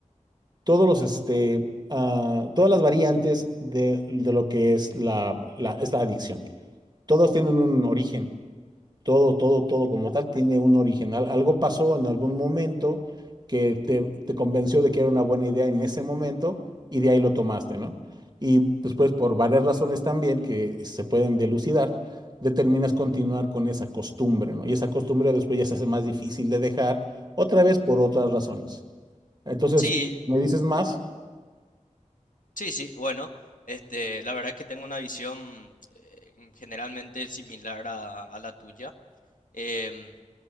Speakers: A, on the right; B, on the left.
A: todos los, este, ah, todas las variantes de, de lo que es la, la- esta adicción. Todos tienen un origen. todo, todo, todo como tal tiene un original. Algo pasó en algún momento que te, te convenció de que era una buena idea en ese momento y de ahí lo tomaste, ¿no? Y después, por varias razones también que se pueden delucidar, determinas continuar con esa costumbre, ¿no? Y esa costumbre después ya se hace más difícil de dejar, otra vez por otras razones. Entonces,
B: Sí,
A: ¿me dices más?
B: sí, sí, bueno, este, la verdad que tengo una visión eh, generalmente similar a, a la tuya. em,